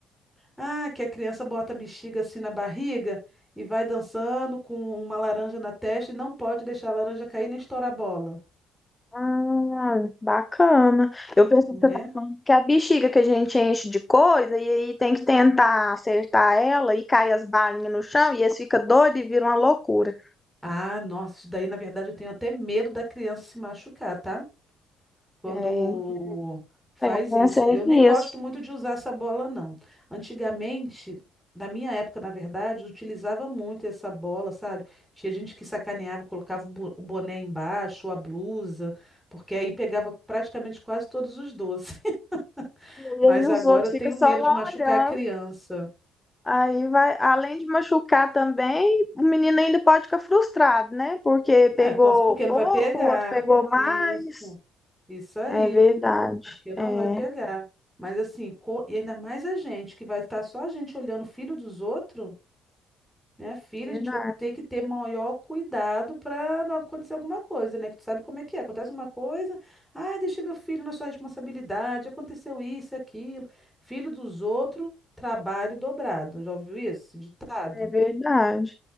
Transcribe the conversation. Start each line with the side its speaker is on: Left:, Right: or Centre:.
Centre: Ah, que a criança bota a bexiga assim na barriga e vai dançando com uma laranja na testa e não pode deixar a laranja cair nem estourar a bola,
Left: Ah, bacana. Eu pensei
Centre: né?
Left: que você tá falando que a bexiga que a gente enche de coisa e aí tem que tentar acertar ela e cai as balinhas no chão e eles ficam doidos e viram uma loucura.
Centre: Ah, nossa, isso daí na verdade eu tenho até medo da criança se machucar, tá? quando
Left: É,
Centre: faz
Left: eu pensei
Centre: isso. Eu nem
Left: nisso.
Centre: gosto muito de usar essa bola, não. Antigamente, na minha época, na verdade, eu utilizava muito essa bola, sabe? Tinha gente que sacaneava, colocava o bo- o boné embaixo, a blusa, porque aí pegava praticamente quase todos os doces. <laughs>
Left: E
Centre: Mas
Left: aí
Centre: agora
Left: os outros
Centre: eu tenho
Left: ficam só
Centre: medo
Left: lá
Centre: de machucar
Left: olhando.
Centre: a criança.
Left: Aí vai, além de machucar também, o menino ainda pode ficar frustrado, né? Porque pegou
Centre: É, cons- porque não
Left: pouco,
Centre: vai pegar.
Left: o outro pegou mais.
Centre: Isso, isso aí,
Left: É verdade.
Centre: porque não
Left: É
Centre: vai pegar. Mas assim, co- e ainda mais a gente, que vai estar só a gente olhando o filho dos outros. Minha filha,
Left: verdade.
Centre: a gente vai ter que ter maior cuidado para não acontecer alguma coisa, né? Que tu sabe como é que é. Acontece uma coisa, ai, deixei meu filho na sua responsabilidade, aconteceu isso, aquilo. Filho dos outros, trabalho dobrado. Já ouviu isso? esse Ditado.
Left: É verdade,